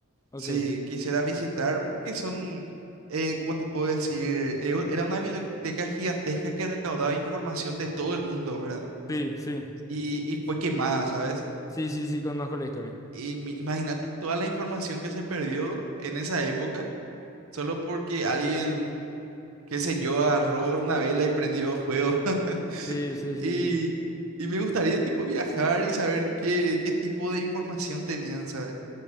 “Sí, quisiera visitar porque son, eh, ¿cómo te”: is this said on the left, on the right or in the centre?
Right